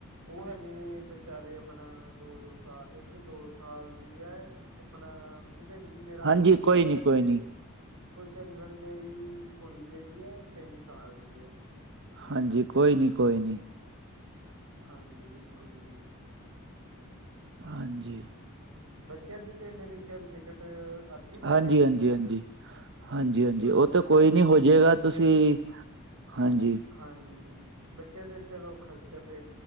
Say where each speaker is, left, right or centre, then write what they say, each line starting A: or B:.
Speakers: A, on the right (about 85°); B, on the right (about 55°).
A: ਓ ਹਜੇ ਬਿਚਾਰੇ ਆਪਣਾ ਦੋ-ਦੋ ਸਾਲ ਇੱਕ ਦੋ ਸਾਲ ਦੀ ਐ। ਆਪਣਾ ਭੁਝੰਗੀ ਮੇਰਾ
B: ਹਾਂਜੀ
A: ਦੋ ਸਾਲ
B: ਕੋਈ ਨੀ
A: ਦਾ
B: ਕੋਈ
A: ਤੇ
B: ਨੀ,
A: ਭੁਝੰਗਣ ਮੇਰੀ ਕੁੜੀ ਜੇੜੀ ਆ ਓ ਤਿੰਨ ਸਾਲ ਦੀ ਆ।
B: ਹਾਂਜੀ ਕੋਈ ਨਈ-ਕੋਈ ਨਈ
A: ਹਾਂਜੀ ਬਿਲਕੁਲ ਜੀ।
B: ਹਾਂਜੀ
A: ਬੱਚਿਆਂ ਦੀ ਤੇ ਮੇਰੇ ਖਿਆਲ ਟਿਕਟ ਅੱਧੀ ਲੱਗੇਗੀ
B: ਹਾਂਜੀ-ਹਾਂਜੀ-ਹਾਂਜੀ-ਹਾਂਜੀ-ਹਾਂਜੀ
A: ਹਨਾ ਹਾਂਜੀ
B: ਓ ਤਾ
A: ਬਸ
B: ਕੋਈ ਨੀ
A: ਠੀਕ
B: ਹੋ ਜਾਏਗਾ
A: ਆ ਬੱਚਿਆਂ
B: ਤੁਸੀਂ
A: ਦੇ
B: ਹਾਂਜੀ
A: ਹਾਂਜੀ ਬੱਚਿਆਂ ਦਾ ਚਲੋ ਖਰਚਾ ਤੇ